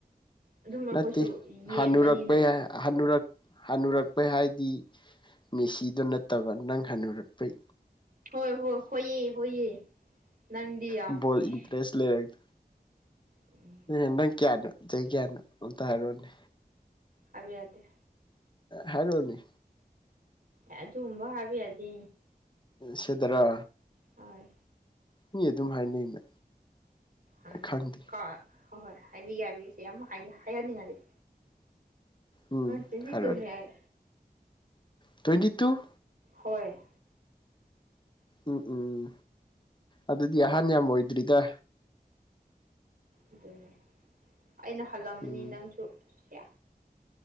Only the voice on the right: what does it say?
ꯑꯗꯨꯝ ꯑꯩꯈꯣꯏꯁꯨ
ꯌꯦꯡꯕꯅꯤꯅ
ꯍꯣꯏ ꯍꯣ ꯍꯣꯏꯌꯦ ꯍꯣꯏꯌꯦ ꯅꯪꯗꯤ ꯌꯥꯝ
ꯏꯁ
ꯎꯝ
ꯍꯥꯏꯕ ꯌꯥꯗꯦ
ꯑꯦ ꯑꯗꯨꯒꯨꯝꯕ ꯍꯥꯢꯕ ꯌꯥꯗꯦ
ꯑꯥꯏ꯫
ꯍꯥꯝ
ꯀꯣ ꯍꯣꯏ ꯍꯣꯏ ꯍꯥꯏꯕꯤꯒꯦ ꯌꯥꯕꯤꯒꯦ ꯌꯥꯝ ꯍꯥꯏꯍꯟꯅꯤꯡꯉꯗꯤ
ꯇ꯭ꯋꯦꯟꯇꯤ
ꯇꯨꯅꯦ ꯑꯩ
ꯍꯣꯏ
ꯑꯗꯨꯅꯦ ꯑꯩꯅ ꯍꯜꯂꯝꯃꯅꯤ
ꯅꯪꯁꯨ ꯁꯤꯌꯥ